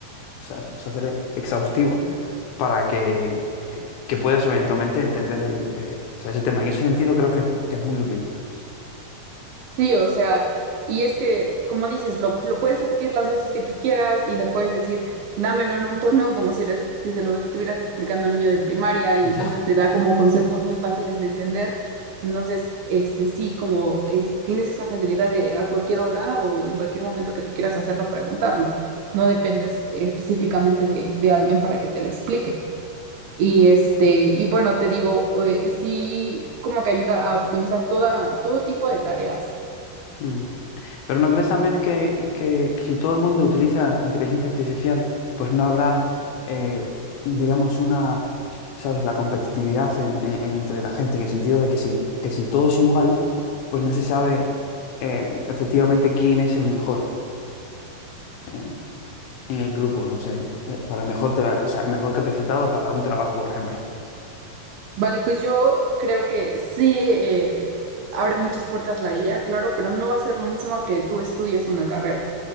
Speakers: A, on the left; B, on the right.
A: o sea, o sea, ser exhaustivo para que, eh, que puedas eventualmente entender el, eh, o sea, ese tema. En ese sentido creo que, que es muy útil. <laughs>
B: Sí, o sea, y es que, como dices, lo, lo puedes repetir las veces que tú quieras y le puedes decir, dámelo en un tono como si, le, si se lo estuvieras explicando a un niño de primaria y entonces
A: Ya.
B: te da como conceptos muy fáciles de entender. Entonces, este, sí, como este, tienes esa facilidad de a cualquier hora o en cualquier momento que tú quieras hacerlo, preguntarlo. No dependes eh, específicamente de, de alguien para que te lo explique. Y este, y bueno, te digo, eh, sí, como que ayuda a optimizar toda, todo tipo de tareas.
A: Mm. Pero ¿no crees también que, que- si todo el mundo utiliza inteligencia artificial, pues no habrá, eh, digamos, una, ¿sabes?, la competitividad en- en- entre la gente, en el sentido de que si, que si todo es igual, pues no se sabe eh, efectivamente quién es el mejor eh, en el grupo, no sé, eh, para el mejor, tra- o sea, el mejor capacitado para un trabajo, por ejemplo.
B: Vale, pues yo creo que sí eh, abre muchas puertas la IA, claro, pero no va a ser lo mismo a que tú estudies una carrera.